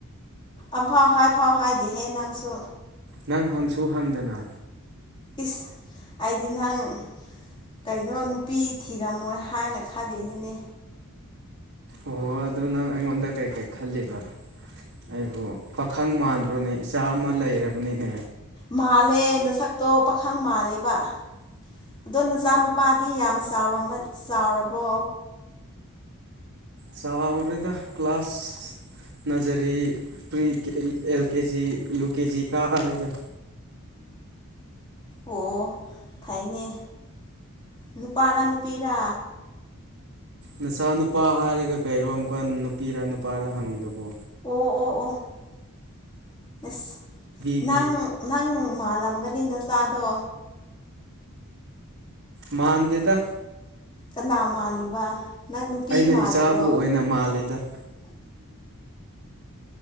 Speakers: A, on the left; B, on the right.
A: ꯑꯝꯐꯥꯎ ꯍꯥꯏꯐꯥꯎ ꯍꯥꯏꯗꯤꯦꯍꯦ ꯅꯪꯁꯨ
B: ꯅꯪ ꯍꯪꯁꯨ ꯍꯪꯗꯅ
A: ꯏꯁ ꯑꯩꯗꯤ ꯅꯍꯪ ꯀꯩꯅꯣ ꯅꯨꯄꯤ ꯊꯤꯔꯝꯃꯣꯏ ꯍꯥꯏꯅ ꯈꯥꯗꯣꯏꯅꯤꯅꯦ
B: ꯑꯣ ꯑꯗꯨꯗ ꯅꯪ ꯑꯩꯉꯣꯟꯗ ꯀꯩꯀꯩ ꯈꯜꯂꯤꯕ ꯑꯩꯕꯨ ꯄꯥꯈꯪ ꯃꯥꯟꯗ꯭ꯔꯣꯅꯦ ꯏꯆꯥ ꯑꯃ ꯂꯩꯔꯕꯅꯤꯅꯦ
A: ꯃꯥꯜꯂꯦ ꯅꯁꯛꯇꯣ ꯄꯥꯈꯪ ꯃꯥꯜꯂꯦꯕ ꯑꯗꯣ ꯅꯆꯥꯅꯨꯄꯥꯗꯤ ꯌꯥꯝ ꯆꯥꯎꯔꯕꯣ
B: ꯆꯥꯎꯔꯗ ꯀ꯭ꯂ ꯀ꯭ꯂꯥꯁ ꯅꯖꯔꯤ ꯄꯔꯤ ꯑꯦꯜ ꯀꯦꯖꯤ ꯌꯨ ꯀꯦꯖꯤ ꯀꯥꯔꯦꯗ
A: ꯑꯣ ꯐꯥꯏꯅꯦ ꯅꯨꯄꯥꯗ ꯅꯨꯄꯤꯔ
B: ꯅꯆꯥ ꯅꯨꯄꯥ ꯍꯥꯏꯔꯒ ꯀꯩꯔꯣ ꯑꯃꯨꯛꯀ ꯅꯨꯄꯤꯔ ꯅꯨꯄꯥꯔ ꯍꯪꯉꯤꯗꯨꯕꯣ
A: ꯑꯣ ꯑꯣ ꯑꯣꯁ
B: ꯕꯤꯕꯤ
A: ꯅꯪ ꯅꯪ ꯃꯥꯜꯂꯝꯒꯅꯤ ꯅ ꯆꯥꯗꯣ
B: ꯃꯥꯅꯗꯦꯗ
A: ꯀꯅꯥ ꯃꯥꯜꯂꯤꯕ ꯅꯪ ꯅꯨꯄꯤ
B: ꯑꯩꯅ
A: ꯃꯥꯜꯂꯤꯔꯣ
B: ꯏꯆꯥꯕꯨ ꯑꯣꯏꯅ ꯃꯥꯜꯂꯦꯗ <unintelligible>